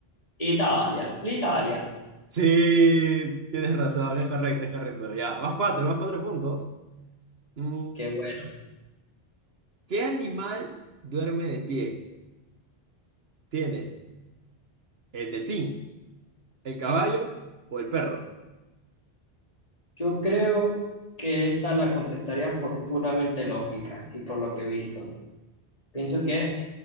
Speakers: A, on the left; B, on the right.
A: Italia. L'Italia.
B: Sí, tienes razón, es correcto, es correcto. Ya, más cuatro, más cuatro puntos. Mm,
A: Qué bueno.
B: ¿qué animal duerme de pie? ¿Tienes el delfín, el caballo o el perro?
A: Yo creo que esta la contestaría por puramente lógica y por lo que he visto. Pienso que